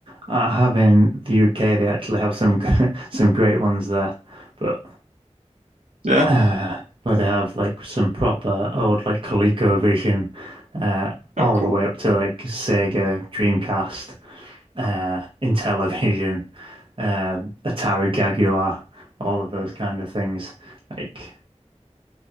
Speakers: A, on the right (about 45°); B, on the right (about 75°).
A: I have in the UK, they actually have some g- <laughs> some great ones there, but
B: Yeah.
A: uh, where they have like some proper old like ColecoVision, uh,
B: Oh
A: all
B: cool.
A: the way up to like Sega Dreamcast, uh, Intellivision, <laughs> uh, Atari Jaguar, all of those kind of things. Like